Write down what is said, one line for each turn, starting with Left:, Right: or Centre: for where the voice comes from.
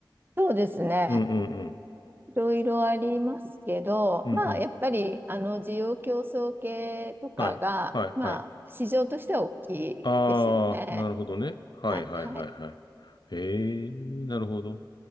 Right: そうですね。
Left: うん、うん、うん、
Right: いろいろありますけど、
Left: うん、
Right: まあ、
Left: うん。
Right: やっぱり、あの、需要競争系とかが、
Left: はい、はい、はい。
Right: まあ、市場としては大きいですよね。
Left: ああ、なるほどね。はい、
Right: はい、
Left: はい、
Right: はい、
Left: はい、はい。えー、なるほど。